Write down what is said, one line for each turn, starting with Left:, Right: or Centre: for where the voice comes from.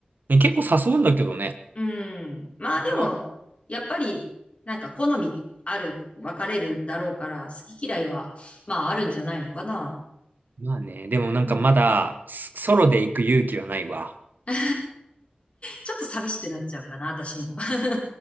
Right: ね、結構誘うんだけどね。
Left: うん。まあでも、
Right: 他の、
Left: やっぱり、なんか好みある、分かれるだろうから、好き嫌いは、まああるんじゃないのかな。
Right: まあね、でもなんかまだ、
Left: うん。
Right: スソロで行く勇気はないわ。
Left: <laughs> ちょっと寂しくなっちゃうかな、私も。<laughs>